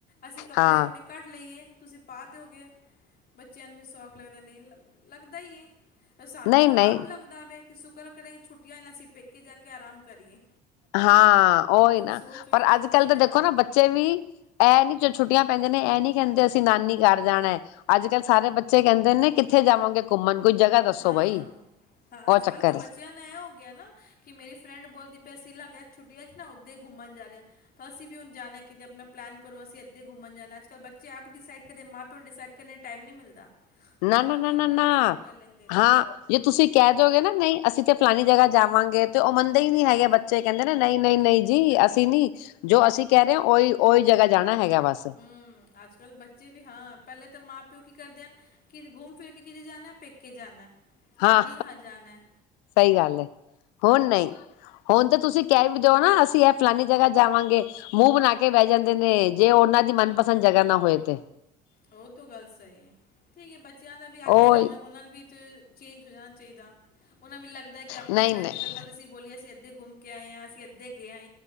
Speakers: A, on the left; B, on the left.
A: ਅਸੀਂ ਕੱਪੜੇ
B: ਹਾਂ-ਹਾਂ
A: ਆਪਣੇ ਘੱਟ ਲਈਏ ਤੁਸੀਂ ਪਾ ਦਿਓਗੇ। ਬੱਚਿਆਂ ਨੂੰ ਵੀ ਸੌਖ ਲੱਗਦਾ ਨੀਲ ਲੱਗਦਾ ਈ ਏ। ਸਾਨੂੰ
B: ਨਹੀਂ-ਨਹੀਂ
A: ਆਪ ਲੱਗਦਾ ਵੇ। ਸੁਕਰ ਕਰ ਛੁੱਟੀਆਂ ਸੀ ਪੇਕੇ ਜਾ ਕੇ ਕੇ ਆਰਾਮ ਕਰੀਏ
B: ਹਾਂ ਉਹੀ
A: ਇੱਕ
B: ਨਾ
A: ਸੋਚ ਹੋ
B: ਪਰ
A: ਜਾਂਦੀ
B: ਅੱਜ-ਕੱਲ
A: ਕਿ ਨਹੀਂ
B: ਤਾਂ
A: ਜਾਣ
B: ਦੇਖੋ ਨਾ ਬੱਚੇ ਵੀ ਇਹ ਨੀ ਜੋ ਛੁੱਟੀਆਂ ਪੈਂਦੇ ਨੇ ਇਹ ਨੀ ਕਹਿੰਦੇ ਅਸੀਂ ਨਾਨੀ ਘਰ ਜਾਣਾ ਅੱਜ-ਕੱਲ ਸਾਰੇ ਬੱਚੇ ਕਹਿੰਦੇ ਨੇ ਕਿੱਥੇ ਜਾਵਾਂਗੇ ਘੁੰਮਣ ਕੋਈ ਜਗ੍ਹਾ ਦੱਸੋ
A: ਹਾਂ,
B: ਬਾਈ। ਉਹ
A: ਅੱਜ-ਕੱਲ
B: ਚੱਕਰ
A: ਤਾਂ ਬੱਚਿਆਂ
B: ਹੈ
A: ਨੂੰ ਇਹ ਹੋਗਿਆ ਨਾ ਕਿ ਮੇਰੀ ਫਰੈਂਡ ਬੋਲਦੀ ਪੈਸੀ ਲਗ ਛੁੱਟ ' ਨਾ ਉੱਧ ਘੁੰਣ ਜਾ ਹ ਤਾਂ ਅਸੀਂ ਵੀ ਹੁਣ ਜਾਣਾ ਕਿਤੇ ਛੁਟੀਆਂ ਚ ਨਾ ਓਦੇ ਘੁੰਮਣ ਜਰਿਆ ਅਸੀ ਵੀ ਹੁਣ ਜਾਣਾ ਕਿੱਥੇ ਆਪਨਾ ਪਲਾਨ ਕਰੋ ਅਸੀਂ ਅੱਧੇ ਘੁੰਮਣ ਜਾਣਾ ਅੱਜ-ਕੱਲ ਬੱਚੇ ਆਪ ਡਿਸਾਈਡ ਕਦੇ ਮਾਂ ਪਿਓ ਨੂੰ ਡਿਸਾਈਡ ਕਰਨ ਦਾ ਟਾਈਮ ਨਹੀਂ ਮਿਲਦਾ
B: ਨ
A: ਉਹ ਆਪ
B: ਨਾ
A: ਹੀ
B: ਨਾ
A: ਆਪਣਾ
B: ਨਾ
A: ਡਿਸਾਈਡ ਕਰ ਲੈਂਦੇ ਨੇ
B: ਹਾਂ, ਜੇ ਤੁਸੀ ਕਹਿ ਦੋਗੇ ਨਾ ਨਹੀਂ ਅਸੀਂ ਤੇ ਫਲਾਨੀ ਜਗਾ ਜਾਵਾਂਗੇ ਤੇ ਉਹ ਮੰਨਦੇ ਹੀ ਨਹੀ ਹੈਗੇ ਬੱਚੇ ਕਹਿੰਦੇ ਨੇ ਨਹੀਂ, ਨਹੀਂ, ਨਹੀਂ ਜੀ ਅਸੀਂ ਨੀ ਜੋ ਅਸੀਂ ਕਹਿ ਰਹੇ ਹਾਂ ਉਹੀ, ਉਹੀ ਜਗਾ ਜਾਣਾ ਹੈਗਾ ਬਸ
A: ਹਮ, ਅੱਜ-ਕੱਲ ਬੱਚੇ ਵੀ ਹਾਂ ਪਹਿਲੇ ਤਾਂ ਮਾਂ ਪਿਓ ਕੀ ਕਰਦੇ ਹਨ। ਕਿ ਘੁੰਮ ਫਿਰ ਕੇ ਕਿਤੇ ਜਾਣਾ ਪੇਕੇ ਜਾਣਾ ਨਾਨੀ
B: ਹਾਂ,
A: ਘਰ ਜਾਣਾ
B: ਸਹੀ ਗੱਲ ਹੈ ਹੁਣ ਨਹੀਂ ਹੁਣ ਤਾਂ ਤੁਸੀਂ ਕਹਿ ਵੀ ਦਿਓ ਨਾ ਅਸੀਂ ਇਹ ਫਲਾਨੀ ਜਗਾ ਜਾਵਾਂਗੇ ਮੂੰਹ ਬਣਾ ਕੇ ਬਹਿ ਜਾਂਦੇ ਨੇ ਜੇ ਉਹਨਾਂ ਦੀ ਮਨਪਸੰਦ ਜਗਾ ਨਾ ਹੋਏ ਤੇ
A: ਉਹ ਤ ਗੱਲ ਸਹੀ ਹੈ ਠੀਕ ਹੈ ਬੱਚੇ ਬੱਚਿਆਂ ਦਾ ਵੀ ਆਖੇ
B: ਉਹ
A: ਲੱਗਣਾ ਉਹਨਾਂ ਨੂੰ ਵੀ ਚੇਂਜ ਹੋ ਜਾਣਾ ਚਾਹੀਦਾ ਉਹਨਾਂ ਮੈਨੂੰ ਲਗਦਾ ਕਿ ਆਪਣੇ
B: ਨਹੀਂ
A: ਫਰੈਂਡ
B: ਨਹੀਂ
A: ਸਰਲ ਅਸੀ ਬੋਲਿਆ ਸੀ <inaudible> ਕੇ ਆਏ ਹ ਅਸੀਂ ਅੱਧੇ ਗਏ ਹਾਂ